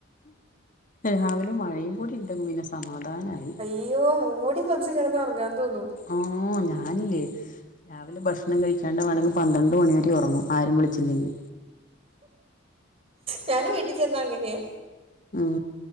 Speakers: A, on the left (about 40°); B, on the right (about 30°).
A: രാവിലെ മഴയും കൂടി ഇണ്ടെങ്കി പിന്നെ സമാധാനായി
B: ഇയോ മൂടി പൊതച്ച് കിടന്ന് ഒറങ്ങാൻ തോന്നും
A: ആഹ് ഞാനില്ലേ രാവിലെ ഭക്ഷണം കഴിച്ചാണ്ട് വേണമെങ്കിൽ പന്ത്രണ്ട് മണി വരെ ഉറങ്ങും ആരും വിളിച്ചില്ലെങ്കിൽ
B: ഞാനും വീട്ടി ചെന്ന അങ്ങനെയാ
A: ഉം